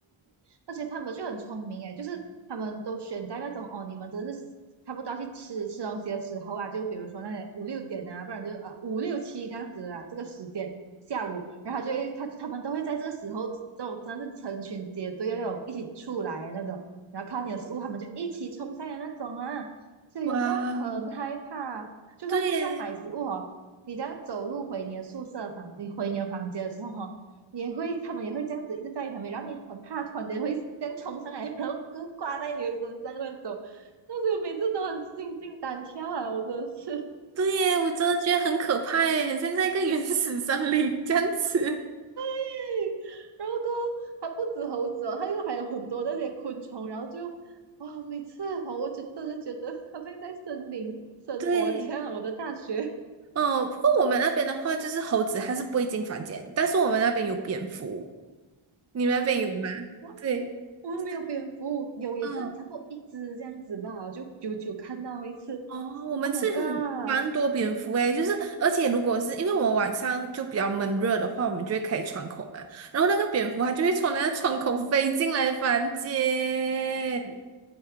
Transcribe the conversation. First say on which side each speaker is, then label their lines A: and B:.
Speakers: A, on the right; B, on the right.
A: 而且他们就很聪明诶，就是他们都选在那种哦，你们真是差不多要去吃吃东西的时候啊，就比如说那些五六点啊，不然就呃五六七这样子啊，这个时间下午，然后就会他他们都会在这个时候，这种真的是成群结队的那种一起出来的那种，然后看到你的食物，他们就一起冲上来那种啊，所以有时候很害怕，
B: 哇，
A: 就算不是在买食物哦。
B: 对耶，
A: 你这样走路回你的宿舍房，你回你的房间的时候哈、哦，也会他们也会这样子一直在你旁边，然后你很怕，突然间会这样冲上来，然后跟挂在你的身上那种。但是我每次都很心惊胆跳啊，我真的是。
B: 对耶，我真的觉得很可怕耶，很像在一个原始森林这样子。
A: <laughs> 然后过后它不止猴子哦，它又还有很多那些昆虫，然后就啊、每次哦，我就真的觉得好像在森林生活这样。
B: 对，
A: 我的大学，
B: 嗯，不过我们那边的话，就是猴子它是不会进房间，但是我们那边有蝙蝠，你们那边有吗？
A: 哇，
B: 对，
A: 我们没有蝙蝠，
B: 就是
A: 有也是差不多一只这样子吧，
B: 嗯。哦
A: 就久久看到一次。
B: 哦，我们是很蛮多蝙蝠诶，
A: Oh my god！
B: 就是而且如果是因为我们晚上就比较闷热的话，我们就会开窗口嘛，然后那个蝙蝠它就会从那个窗口飞进来房间。